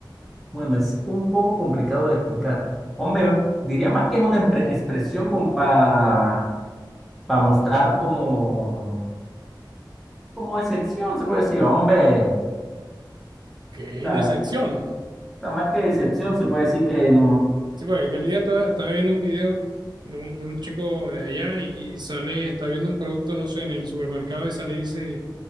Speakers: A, in the centre; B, on the right (about 60°).
A: Bueno, es un poco complicado de explicar. Hombre, diría más que es una empre- expresión como para mostrar como... como decepción, se puede decir, hombre. O
B: Que hay
A: sea,
B: decepción.
A: está más que decepción, se puede decir que no.
B: Sí, porque aquel día estaba, estaba viendo un video de un, de un chico de allá y sale, está viendo un producto, no sé, en el supermercado y sale y dice